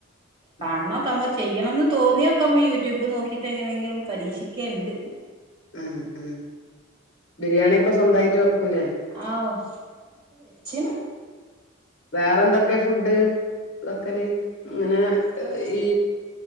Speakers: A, on the right; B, on the left.
A: കാണ്ന്നൊക്കെ
B: ഉം
A: നമ്മള് ചെയ്യണംന്ന് തോന്നിയൊക്കെ നമ്മ യൂട്യൂബ് നോക്കിയിട്ട് എങ്ങനെങ്കിലും പരീക്ഷിക്കല്ണ്ട്
B: ഉം ഉം ബിരിയാണിയൊക്കെ സ്വന്തായിട്ട് വെക്കൂലേ
A: ആഹ് അതൊക്കെ വെച്ച്ണ്
B: വേറെ എന്തൊക്കെ ഫുഡ് വെക്കല് ഇങ്ങനെ
A: വേറെ
B: ഈ